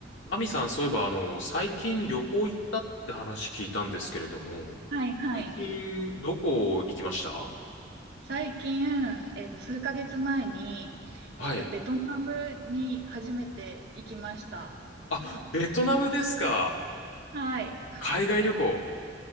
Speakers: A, on the left; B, on the right.
A: マミさん、そういえば、あの、最近旅行行ったって話聞いたんですけれども、
B: はいはい。
A: 最近、どこ行きました
B: 最近、えっと、数ヶ月前に、
A: はい。
B: えっと、ベトナムに初めて行きました。
A: あ、ベトナムですか。
B: はい。
A: 海外旅行。